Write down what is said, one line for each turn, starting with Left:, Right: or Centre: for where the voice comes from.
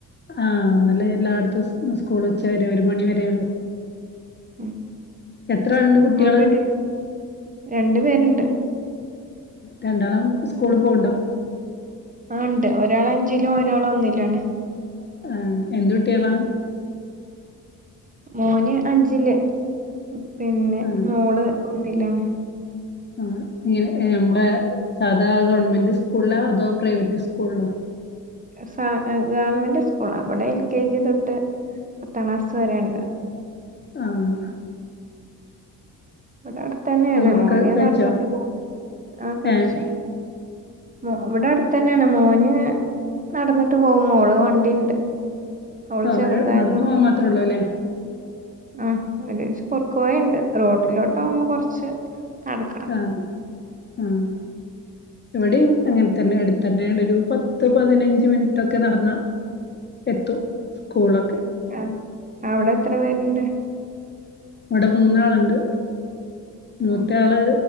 Left: ആഹ് ഇന്നല്ലേ എല്ലാട്ത്തും സ്കൂള് ഉച്ച വരെ ഒരു മണി വരെയോള്ളു.
Right: ഉം
Left: എത്ര ആളുണ്ട് കുട്ടികള്
Right: <unintelligible> ക്ക് രണ്ട് പേര്ണ്ട്
Left: രണ്ടാളും സ്കൂള് പോവ്ണ്ടോ?
Right: ആഹ്ണ്ട് ഒരാള് അഞ്ചിലും ഒരാള് ഒന്നിലാണ്.
Left: ആഹ് എന്ത്‌ കുട്ട്യാളാ?
Right: മോന് അഞ്ചില് പിന്നെ
Left: ആഹ്
Right: മോള് ഒന്നിലാണ്.
Left: ആഹ് ഇഞ് എഹ് നമ്മ്ടെ സാധാ ഗവൺമെന്റ് സ്കൂളിലാ അതോ പ്രൈവറ്റ് സ്കൂളിലോ?
Right: സ എഹ് ഗവൺമെന്റ് സ്കൂള്ലാ അവടെ എൽ കെ ജി തൊട്ട് പത്താം ക്ലാസ് വരെണ്ട്
Left: ആഹ്
Right: ഇവടെ അട്ത്ത് തന്നെയാണ്
Left: ചോറൊക്കെ
Right: മോന്
Left: കഴിച്ചോ
Right: നടന്ന്ട്ട് പോവും. ആഹ് കഴിച്ചു.
Left: ഏഹ്
Right: മോ ഇവ്ടെ അട്ത്തെന്നെ ആണ് മോന് നടന്ന്ട്ട് പോവും. മോള് വണ്ടിണ്ട് ഓള്
Left: ഓഹ്
Right: ചെറുതായതൊണ്ട്
Left: നടന്നു പോവാൻ മാത്രേ
Right: ആഹ്
Left: ഉള്ളൂ ല്ലേ
Right: ആഹ് ഒര് കുറുക്ക് വഴിണ്ട് റോട്ടിലോട്ടോവുമ്പോ കൊർച്ച് നടക്കണം.
Left: ആഹ് ആഹ് ഇവടിം അങ്ങൻതന്നെ അട്ത്തന്നെ ആയോണ്ടോരു പത്ത് പതിനഞ്ച് മിൻറ്റൊക്കെ നടന്നാ എത്തും സ്കൂളൊക്കെ
Right: ആഹ്. അവടെ എത്ര പേര്ണ്ട്?
Left: ഇവടെ മൂന്നാള്ണ്ട് മൂത്തായാള്
Right: ഉം